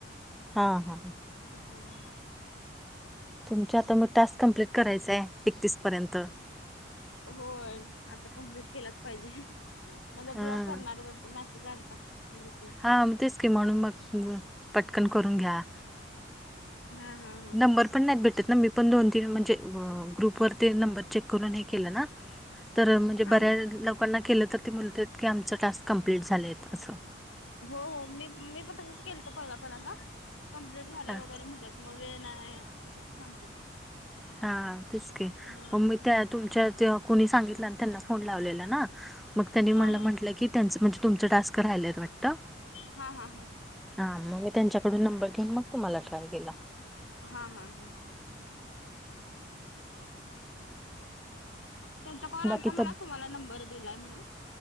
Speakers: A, in the centre; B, on the left (about 85°).
A: हां
B: हम्मं
A: तुमच्यां आंता मगं टास्कं कंप्लीट करायचं आहे एकतीस पर्यंत
B: होयं आंता कमप्लीट केलां चं पाहिजे नंतर
A: हा.
B: ब्लॉक करणारं चं मेसेज आलतां ग्रुपलां
A: हां मंग तेचं की म्हणूंन मंग पटकंन करूंन घ्या
B: हम्मं हम्मं
A: नंबर पणं नाहींत भेटतं नां मी पणं दोन तीनं म्हणजे ग्रुप वरं ते नंबर चेक करूंन हे केलं नां तरं म्हणजे
B: हा
A: बऱ्यां लोकांना केलं तरं ते बोलतं की आमचं टास्कं कंप्लीट झालंय असं
B: हो हो मी मी पणं तसंच केलं तरं पहिलं पल्यादां कम्प्लीट झाल्यां
A: हा
B: वगैरें म्हटलं मंग वेळं नाहीं असं तझं सांगते
A: हां तेचं की
B: हम्म
A: मं मी त्यां तुमचं कोणी सांगित त्यांना फोन लांवलेना मं त्यांनी
B: हा
A: मलां म्हटलं की त्यांचं म्हणजे तुमचं टास्कं राहियलांत वाटतं
B: हां हां
A: हां मंग मी त्यांच्याकडूंन नंबर घेऊंन मगं तुम्हांला ट्राय केलां
B: हां हां हां. त्यांचा कॉल आलंता
A: बाकी
B: मलां
A: तब
B: तुम्हांला नंबर दिलांय म्हणूंन.